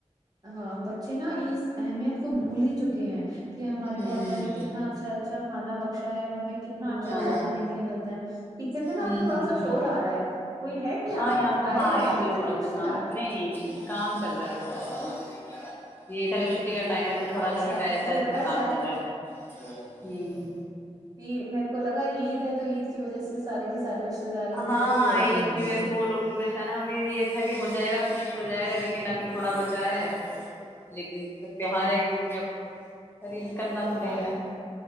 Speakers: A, on the right (about 30°); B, on the left (about 20°).
A: ہاں بچے نا اس اہمیت کو بھول ہی چکے ہیں کہ ہمارے
B: ہوں
A: کو اللہ نے کتنا اچھا اچھا کھا بخشا ہے ہمیں کتنا اچھا
B: ہاں
A: اچھا کھانے کے لیے ملتا ہے ٹھیکر سے نا
B: ہوں
A: تھوڑا
B: ہوں
A: سا شور آ رہا ہے کوئی ہے کیا
B: ہاں یہاں پ
A: آئے
B: ہاں
A: ہوئے
B: یہاں
A: ہیں کیا
B: پہ
A: گھر
B: تھوڑا
A: رشتے
B: سا کام
A: دار
B: نہیں نہیں نہیں کام چل رہا ہے تھوڑا سا یہی تھا کہ چٹی کا ٹائم ہے تو تھوڑا
A: اچھا
B: سھر مٹ
A: مجھے
B: سز
A: لگا
B: کا کام
A: شاید
B: چل رہا ہے ہ
A: یہ میرے کو لگا عید ہے تو عید کی وجہ سے سارے کے سارے رشتے دار اکٹھے
B: ہاں
A: ہوئے ہوئے
B: عید
A: ہوں
B: کی وجہ
A: گے
B: سے وہ لوگ بھی پریشان ہمیں بھی یہ تھا کہ ہو جائے گا فش ہو جائے گا لیکن ابھی تھوڑا بچا ہے لیکن تہوار
A: ہ
B: ہے کیونکہ اب کرنا
A: ہ
B: تو ہے ہی ہے